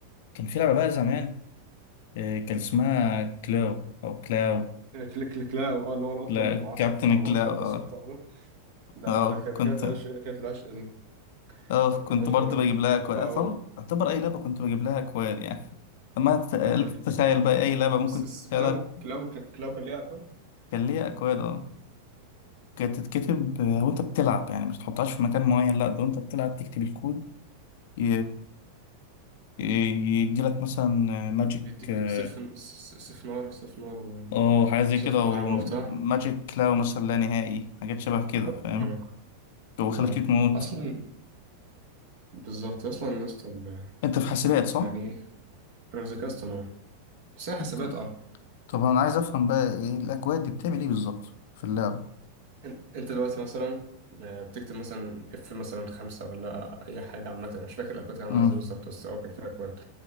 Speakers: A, on the left (about 50°); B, on the right (about 55°).
A: كان في لعبه بقى زمان آه، كان اسمها كلاو او كلاو
B: كليك كليك لا اه اللي هو القطه
A: لا
B: اللي معصف
A: كابتن
B: ومعاه
A: كلاو
B: مسدس
A: اه
B: وبتاع ده ده
A: اه
B: ده كانت
A: كنت
B: ده كانت العشق
A: <laughs>
B: ده كانت العشق دي
A: اه
B: كانت
A: كنت
B: العشق
A: برضه
B: دي. انا كنت
A: بجيب
B: كنت
A: لها
B: بحبها
A: اكواد أعتبر
B: قوي
A: أعتبر اي لعبه كنت بجيب لها اكواد يعني لما تخيلك
B: امم
A: تتخيل بقى اي لعبه ممكن
B: بس بس
A: تتخيلها
B: كلاو كلاو كان- كلاو كان ليها اكواد
A: كان ليها اكواد اه كانت تتكتب آه، وانت بتلعب يعني مش تحطهاش في مكان معين لا ده وانت بتلعب تكتب الكود ي- ي- يديلك مثلا آه، ماجيك
B: بيديك
A: اه
B: سيف سيف نار سيف نار
A: أو حاجه زي
B: صيف
A: كده
B: كهرباء
A: او ماجيك
B: وبتاع
A: كلاو مثلا لا نهائي حاجات شبه كده
B: آه.
A: فاهم
B: مم.
A: وخليك
B: اه
A: تموت
B: اصلا بالظبط اصلا يا اسطى ال-
A: انت في حاسبات صح
B: يعني ايه، انا في ذكاء اصطناعي بس هي حاسبات
A: طب
B: اه
A: طب انا عايز افهم بقى ايه الاكواد دي بتعمل ايه بالظبط في اللعبه
B: إن- انت دلوقتي مثلا آه، بتكتب مثلا اف مثلا خمسة ولا اي حاجه عامه أنا مش فاكر الاكواد كانت عامله
A: امم
B: ازاي بالظبط بس هو كان فيها اكواد